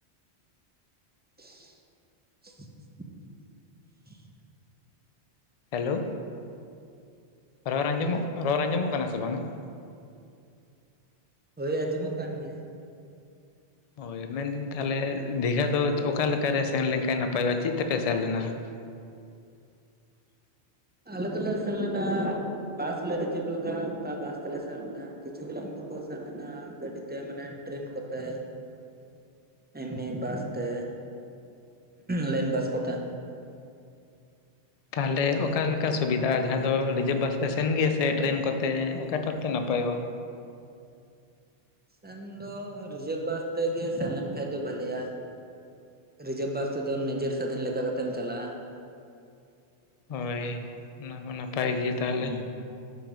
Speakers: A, on the right; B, on the left.
A: <unintelligible>
B: ᱦᱮᱞᱳ ᱨᱚᱲ ᱟᱸᱡᱚᱢ ᱨᱚᱲ ᱟᱸᱡᱚᱢᱚᱜ ᱠᱟᱱᱟ ᱥᱮ ᱵᱟᱝᱟ
A: ᱦᱳᱭ ᱟᱸᱡᱚᱢᱚᱜ ᱠᱟᱱ ᱜᱮᱭᱟ᱾
B: ᱦᱳᱭ ᱢᱮᱱᱫᱟᱹᱧ ᱛᱟᱦᱚᱞᱮ ᱫᱤᱜᱷᱟ ᱫᱚ ᱚᱠᱟ ᱞᱮᱠᱟᱨᱮ ᱥᱮᱱ ᱞᱮᱱᱠᱷᱟᱱ ᱱᱟᱯᱟᱭᱚᱜ-ᱟ ᱪᱮᱫ ᱛᱮᱯᱮ ᱥᱮᱱ ᱞᱮᱱᱟ <unintelligible>
A: ᱟᱞᱮ ᱫᱚᱞᱮ ᱥᱮᱱᱞᱮᱱᱟ ᱵᱟᱥ ᱞᱮ ᱨᱤᱡᱟᱹᱵ ᱞᱮᱫᱟ ᱚᱱᱠᱟ ᱵᱟᱥ ᱛᱮᱞᱮ ᱥᱮᱱ ᱞᱮᱱᱟ ᱠᱤᱪᱷᱩ ᱜᱞᱟᱝ ᱫᱚᱠᱚ ᱥᱮᱱ ᱞᱮᱱᱟ ᱜᱟᱹᱰᱤ ᱛᱮ ᱢᱟᱱᱮ ᱴᱨᱮᱱ ᱠᱚᱛᱮ
B: <unintelligible>
A: ᱮᱢᱱᱤ ᱵᱟᱥ ᱛᱮ ᱞᱟᱭᱤᱱ ᱵᱟᱥ ᱠᱚᱛᱮ᱾
B: ᱛᱟᱦᱚᱞᱮ ᱚᱠᱟᱞᱮᱠᱟ ᱥᱩᱵᱤᱫᱟᱜ-ᱟ ᱡᱟᱦᱟᱸ ᱫᱚ ᱨᱤᱡᱟᱹᱵᱷ ᱵᱟᱥ ᱛᱮ ᱥᱮᱱ ᱜᱮ ᱥᱮ ᱴᱨᱮᱱ ᱠᱚᱛᱮ ᱚᱠᱟᱴᱟᱜ ᱛᱮ ᱱᱟᱯᱟᱭᱚᱜ-ᱟ
A: ᱥᱮᱱ ᱫᱚ ᱨᱤᱡᱟᱹᱵᱷ ᱵᱟᱥ ᱛᱮ ᱜᱮ ᱥᱟᱞᱟᱱ ᱠᱷᱟᱱ ᱫᱚ ᱵᱷᱟᱞᱮᱭᱟ ᱨᱤᱡᱟᱵᱷ ᱵᱟᱥ ᱛᱮᱫᱚ ᱱᱤᱡᱮᱨ ᱥᱟᱫᱷᱤᱱ ᱞᱮᱠᱟ ᱠᱟᱛᱮᱢ ᱪᱟᱞᱟᱜ-ᱟ
B: ᱦᱳᱭ ᱚᱱᱟ ᱦᱚᱸ ᱱᱟᱯᱟᱭ ᱜᱮ ᱛᱟᱦᱚᱞᱮ
A: ᱦᱩᱸ